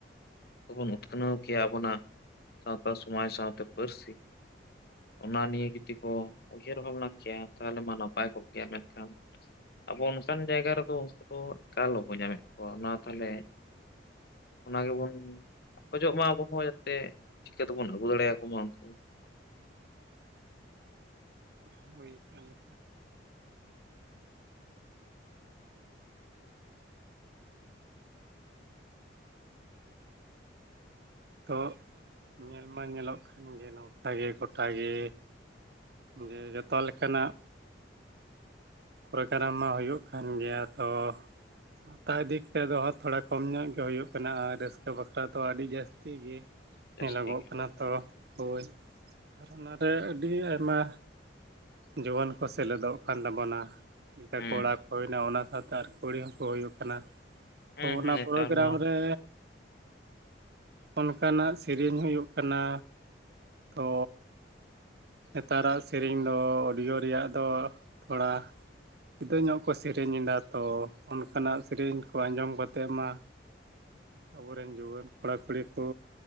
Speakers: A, on the left; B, on the right.
A: ᱫᱚᱵᱚᱱ ᱩᱛᱱᱟᱹᱣ ᱩᱛᱱᱟᱹᱣ ᱠᱮᱭᱟ ᱟᱵᱚᱱᱟᱜ ᱥᱟᱶᱛᱟ ᱥᱚᱢᱟᱡᱽ ᱥᱟᱶᱛᱮ ᱯᱟᱹᱨᱥᱤ ᱚᱱᱟ ᱱᱤᱭᱮ ᱡᱩᱫᱤ ᱠᱚ ᱩᱭᱦᱟᱹᱨ ᱵᱷᱟᱵᱽᱱᱟ ᱠᱮᱭᱟ ᱛᱟᱦᱚᱞᱮ ᱢᱟ ᱱᱟᱯᱟᱭ ᱠᱚᱜ ᱠᱮᱭᱟ ᱢᱮᱱᱠᱷᱟᱱ ᱟᱵᱚ ᱚᱱᱠᱟᱱ ᱡᱟᱭᱜᱟ ᱨᱮᱫᱚ ᱩᱱᱠᱩ ᱫᱚ ᱮᱠᱟᱞ ᱵᱟᱵᱚ ᱧᱟᱢᱮᱫ ᱠᱚᱣᱟ ᱚᱱᱟ ᱛᱟᱦᱚᱞᱮ ᱚᱱᱟ ᱜᱮᱵᱚᱱ ᱠᱷᱚᱡᱚᱜ ᱢᱟ ᱟᱵᱚ ᱦᱚᱸ ᱡᱮᱛᱮ ᱪᱤᱠᱟᱹ ᱛᱮᱵᱚᱱ ᱟᱹᱜᱩ ᱫᱟᱲᱮᱭᱟᱠᱚ ᱢᱟ ᱩᱱᱠᱩ
B: ᱦᱩᱭᱩᱜ ᱠᱟᱱᱟ ᱛᱚ ᱧᱮᱞ ᱢᱟ ᱧᱮᱞᱚᱜ ᱠᱷᱟᱱ ᱜᱮ ᱱᱚᱝᱠᱮ ᱜᱚᱴᱟ ᱜᱮ ᱡᱮ ᱡᱚᱛᱚ ᱞᱮᱠᱟᱱᱟᱜ ᱯᱨᱳᱜᱨᱟᱢ ᱢᱟ ᱦᱩᱭᱩᱜ ᱠᱟᱱ ᱜᱮᱭᱟ ᱛᱚ ᱦᱟᱛᱟᱣ ᱫᱤᱠ ᱛᱮᱫᱚ ᱛᱷᱚᱲᱟ ᱠᱚᱢ ᱧᱚᱜ ᱜᱮ ᱦᱩᱭᱩᱜ ᱠᱟᱱᱟ ᱟᱨ ᱨᱟᱹᱥᱠᱟᱹ ᱵᱟᱠᱷᱨᱟ ᱛᱚ ᱟᱹᱰᱤ ᱡᱟᱹᱥᱛᱤ ᱜᱮ
A: ᱡᱟᱹᱥᱛᱤ
B: ᱧᱮᱞᱚᱜᱚᱜ
A: ᱜᱮ
B: ᱠᱟᱱᱟ ᱛᱚ ᱦᱳᱭ ᱟᱨ ᱚᱱᱟ ᱨᱮ ᱟᱹᱰᱤ ᱟᱭᱢᱟ ᱡᱩᱣᱟᱹᱱ ᱠᱚ ᱥᱮᱞᱮᱫᱚᱜ ᱠᱟᱱ ᱛᱟᱵᱚᱱᱟ
A: ᱦᱮᱸ
B: ᱠᱚᱲᱟ ᱠᱚ ᱦᱩᱭ ᱮᱱᱟ ᱳᱳᱳ᱾ ᱥᱟᱶᱛᱮ ᱟᱨ ᱠᱩᱲᱤ ᱦᱚᱸᱠᱚ ᱦᱩᱭᱩᱜ ᱠᱟᱱᱟ
A: ᱦᱮᱸ
B: ᱛᱚ ᱚᱱᱟ
A: ᱦᱮᱸ ᱱᱮᱛᱟᱨ
B: ᱯᱨᱳᱜᱨᱟᱢ
A: ᱢᱟ
B: ᱨᱮ ᱚᱱᱠᱟᱱᱟᱜ ᱥᱤᱨᱤᱧ ᱦᱩᱭᱩᱜ ᱠᱟᱱᱟ ᱛᱚ ᱱᱮᱛᱟᱨᱟᱜ ᱥᱮᱨᱮᱧ ᱫᱚ ᱚᱰᱤᱭᱳ ᱨᱮᱭᱟᱜ ᱫᱚ ᱛᱷᱚᱲᱟ ᱡᱩᱫᱟᱹ ᱧᱚᱜ ᱠᱚ ᱥᱮᱨᱮᱧ ᱮᱫᱟ ᱛᱚ ᱚᱱᱠᱟᱱᱟᱜ ᱥᱮᱨᱮᱧ ᱠᱚ ᱟᱸᱡᱚᱢ ᱠᱟᱛᱮᱫ ᱢᱟ
A: <inaudible>
B: ᱟᱵᱚᱨᱮᱱ ᱡᱩᱣᱟᱹᱱ ᱠᱚᱲᱟ ᱠᱩᱲᱤ ᱠᱚ